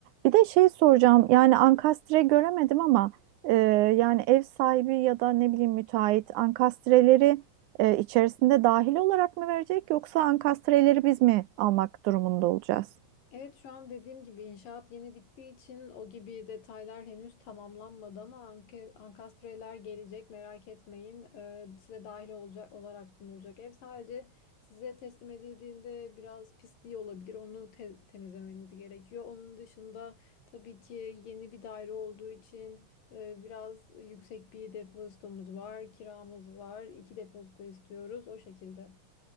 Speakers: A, on the right (about 75°); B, on the left (about 80°).
A: Bir de şey soracağım yani ankastre göremedim ama e, yani ev sahibi ya da ne bileyim müteahhit ankastreleri e, içerisinde dahil olarak mı verecek yoksa ankastreleri biz mi almak durumunda olacağız?
B: Evet şu an dediğim gibi inşaat yeni bittiği için o gibi detaylar henüz tamamlanmadı ama anke, ankastreler gelecek merak etmeyin. Ee, size dahil olacak olarak sunulacak ev sadece size teslim edildiğinde biraz pisliği olabilir. Onu te- temizlemeniz gerekiyor. Onun dışında tabii ki yeni bir daire olduğu için e, biraz yüksek bir depozitomuz var, kiramız var. iki depozito istiyoruz o şekilde.